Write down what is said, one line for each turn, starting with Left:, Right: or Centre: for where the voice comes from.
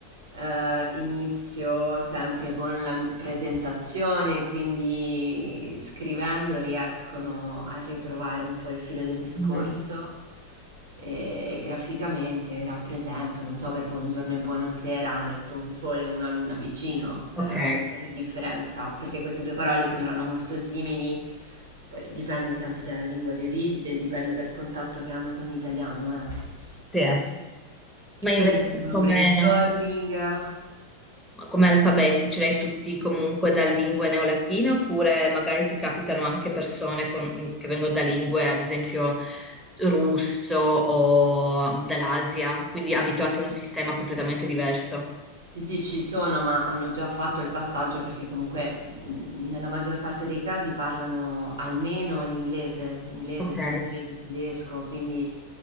Right: eh, inizio sempre con la presentazione, quindi scrivendo riescono a ritrovare un po' il filo del discorso
Centre: Mm,
Right: e graficamente rappresento, non so, per buongiorno e buonasera metto un sole e una luna vicino per,
Centre: ok.
Right: per fare la differenza, perché queste due parole sembrano molto simili, poi dipende sempre dalla lingua di origine, dipende dal contatto che hanno con l'italiano, eh.
Centre: Sì. Ma invece
Right: Poi iniziamo con
Centre: come,
Right: un brainstorming.
Centre: Come alfabeti ce l'hai tutti comunque da lingue neolatine oppure magari ti capitano anche persone con- mm, che vengono da lingue, ad esempio russo o dall'Asia, quindi abituate a un sistema completamente diverso.
Right: Sì, sì, ci sono, ma hanno già fatto il passaggio perché comunque mh, nella maggior parte dei casi parlano almeno l'inglese, l'inglese,
Centre: Ok.
Right: il francese, il tedesco, quindi